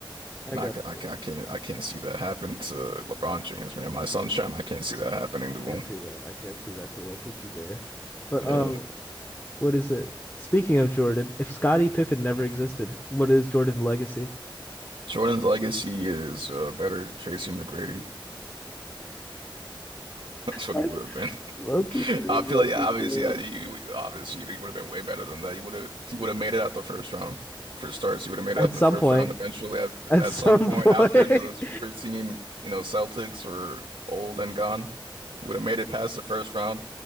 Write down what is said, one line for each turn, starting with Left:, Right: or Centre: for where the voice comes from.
Left: I
Right: and
Left: got
Right: I, ca- I,
Left: you.
Right: ca- I can't, I can't see that happen to LeBron James, man. My sunshine, I can't see that happening
Left: I
Right: to
Left: can't
Right: him.
Left: see that. I can't see that to little Pookie Bear. But um,
Right: Yeah.
Left: what is it? Speaking of Jordan, if Scottie Pippen never existed, what is Jordan's legacy?
Right: Jordan's legacy is uh, better Tracy McGrady. That's what
Left: <laughs>
Right: he would have been.
Left: Low-key true,
Right: I feel
Left: low-key
Right: like yeah, obviously,
Left: true.
Right: yeah, you, you- obviously you would have been way better than that. You would have you would have made it out the first round for starts. You would have made it
Left: At
Right: out
Left: some
Right: the first
Left: point,
Right: round eventually. At,
Left: at
Right: at
Left: some
Right: some point
Left: point.
Right: after the
Left: <laughs>
Right: super team, you know, Celtics were old and gone. You would have made it past the first round.